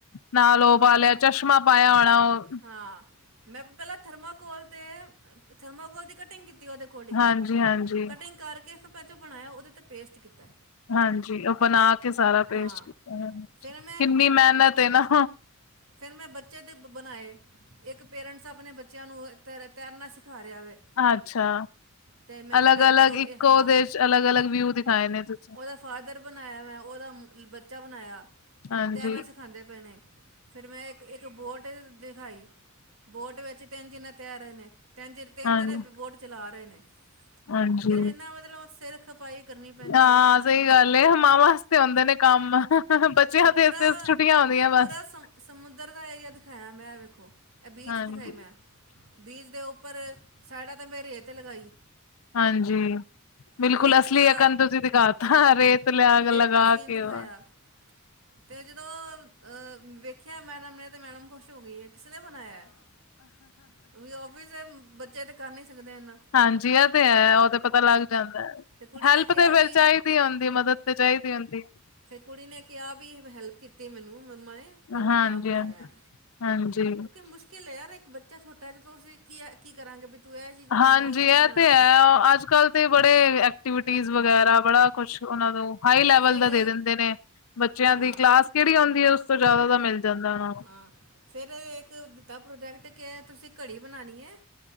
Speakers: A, on the left; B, on the right.
A: ਨਾਲ ਓ ਪਾ ਲੇਆ ਚਸ਼ਮਾ ਪਾਆ ਹੋਣਾ ਓ
B: ਆਂ ਮੈ ਪ, ਪੈਲਾ ਥਰਮਾਕੋਲ ਤੇ, ਥਰਮਾਕੋਲ ਦੀ ਕਟਿੰਗ ਕੀਤੀ ਓਦੇ ਕੋਡਿੰਗ,
A: ਹਾਂਜੀ, ਹਾਂਜੀ,
B: ਕਟਿੰਗ ਕਰਕੇ ਫੇ ਬਚੋ ਬਣਾਏਆ, ਓਦੇ ਤੇ ਪੇਸਟ ਕੀਤਾ
A: ਹਾਂਜੀ, ਓ ਬਣਾ ਕੇ ਸਾਰਾ ਪੇਸ਼ਟ
B: ਹਾਂ
A: ਕੀਤਾ,
B: ਫਿਰ
A: ਕਿੰਨੀ ਮੈਨਤ ਏ ਨਾ
B: ਫੇਰ ਮੈਂ ਬੱਚੇ ਦੇ ਬ, ਬਣਾਏ, ਏਕ ਪੇਰਟਸ ਆਪਣੇ ਬੱਚੇਆਂ ਨੂੰ ਤੈਰ ਤੈਰਨਾ ਸਿਖਾ ਰੇਆ ਵੇ
A: ਅੱਛਾ,
B: ਤੇ ਮੈਂ
A: ਅਲਗ-ਅਲਗ
B: ਪੇਰੈਂਟ ਦੋ ਇਹ-
A: ਇਕੋ ਦੇਸ਼ ਅਲਗ-ਅਲਗ ਵਿਊ ਦਿਖਾਏ ਨੇ ਤੁ
B: ਓਦਾ ਫਾਦਰ ਬਣਾਆ ਵੈ, ਓਦਾ ਮ ਬੱਚਾ ਬਣਾਆ,
A: ਹਾਂਜੀ,
B: ਤੈਰਣਾ ਸਿਖਾਦੇ ਪੇ ਨੇ ਫਿਰ ਮੈਂ ਏਕ-ਏਕ ਬੋਟ ਦਿਖਾਈ, ਬੋਟ ਵਿੱਚ ਤੇਂਨ ਜੇਨੇ ਤੈਰ ਰੇ ਨੇ ਤੇਂਨ ਜੇ ਤੇਂਨ
A: ਹਾਂਜੀ,
B: ਦਿਨੇ ਬੋਟ ਚਲਾ ਰੇ ਨੇ,
A: ਹਾਂਜੀ
B: ਮਤਬ ਏਨਾ ਮਤਬ ਸੇਰ ਖਪਾਈ ਕਰਨੀ ਪੈਂਦੀ
A: ਆਂ
B: ਏ
A: ਸਈ ਗੱਲ ਏ, ਮਾਵਾਂ ਵਾਸਤੇ ਆਉਦੇ ਨੇ ਕੰਮ ਆ ਹਮ ਬੱਚੇ
B: ਫਿਰ
A: ਹਾ ਪੇਜ-ਪੇਜ
B: ਪੂਰਾ
A: ਛੁੱਟਿਆ ਆਦੀਆ ਬੱਸ
B: ਪੂਰਾ ਸਮ- ਸਮੁੰਦਰ ਦਾ ਏ ਏਰੀਆ ਦਿਖਾਆ ਮੈਂ ਵੇਖੋ, ੲੈ ਬੀਚ
A: ਹਾਂਜੀ,
B: ਦਿਖਾਏ ਮੈ ਬੀਜ ਦੇ ਉੱਪਰ ਸੈਡਾ ਤੇ ਮੈਂ ਰੇਤ ਲਗਾਈ
A: ਹਾਂਜੀ। ਬਿਲਕੁਲ
B: ਰੇਤ
A: ਅਸਲੀ
B: ਦਾ
A: ੲੈ ਕਾਧ ਤੁਸੀ ਦਿਖਾਤਾ
B: ਹਾਂ
A: ਰੇਤ ਲਾ ਲਗ
B: ਰੇਤ
A: ਲਗਾ
B: ਦਾ ਸੀਨ
A: ਕੇ
B: ਦਿਖਾਇਆ
A: ਓ <inaudible>
B: ਤੇ ਜਿਦੋਂ, ਅ ਵੇਖਿਆ ਮੈਡਮ ਨੇ ਤੇ ਮੈਡਮ ਖੁਸ਼ ਹੋ ਗੀ ਏ ਕਿਸ ਨੇੇ ਬਣਾਐ, ਕਿਉਂਕਿ ਔਫਿਸ ਦੇ ਬੱਚੇ ਤੇ ਕੱਰ ਨੀ ਸਕਦੇ ਏਨਾ
A: ਹਾਂਜੀ ਐ ਤੇ ੲੈ ਓ ਤੇ ਪਤਾ ਲੱਗ ਜਾਦਾ
B: ਤੇ ਕੁੜੀ
A: ਹੈਲਪ
B: ਨੇ ਕਿਹਾ
A: ਤੇ
B: ਵੀ
A: ਵੈਲ ਚਾਈਦੀ ਹੁੰਦੀ, ਮਦਦ ਤੇ ਚਾਈਦੀ ਹੁੰਦੀ
B: ਫੇਰ ਕੁੜੀ ਨੇ ਕੇਆ ਵੀ, ਹੈਲਪ ਕੀਤੀ ਮੈਨੂੰ ਮੰਮਾ ਨੇ ਤੇ ਮੈ
A: ਹਾਂਜੀ
B: ਤਾਂ ਬਣਾਐ,
A: ਹਾਂਜੀ ਹਾਂਜੀ
B: ਕਿਉਂਕਿ ਮੁਸ਼ਕਿਲ ੲੈ ਯਾਰ ੲ ਬੱਚਾ ਛੋਟਾ ਚਲੋ ਅਸੀਂ ਕੀ ੲੈ ਕੀ ਕਰਾਂਗੇ ਤੂੰ ਇਹ ਚੀਜ਼ ਬਣਾ
A: ਹਾਂਜੀ
B: ਉਹ ਚੀਜ਼
A: ਐ
B: ਬਣਾ
A: ਤੇ ੲੈ, ਅੱਜ-ਕੱਲ ਤੇ ਬੜੇ ਐਕਟੀਵਿਟੀਜ਼
B: ਹਾਂ
A: ਵਗੈਰਾ ਬੜਾ ਕੁਛ ਓਨਾ ਨੂੰ ਹਾਈ ਲੈਵਲ
B: ਫਿਰ
A: ਦਾ ਦੇ ਦਿੰਦੇ ਨੇ ਬੱਚੇਆਂ
B: ਹਾਂ
A: ਦੀ ਕਲਾਸ ਕਿੜੀ ਆਉਂਦੀ ੲੈ ਉਸ ਤੋਂ ਜਾਦਾ ਦਾ ਮਿਲ ਜਾਦਾ ਓਨਾ
B: ਆਂ, ਫੇਰ ਏਕ ਦਿੱਤਾ ਪ੍ਰੋਜੈਕਟ, ਕੇ ਤੁਸੀਂ ਘੜੀ ਬਣਾਣੀ ਏ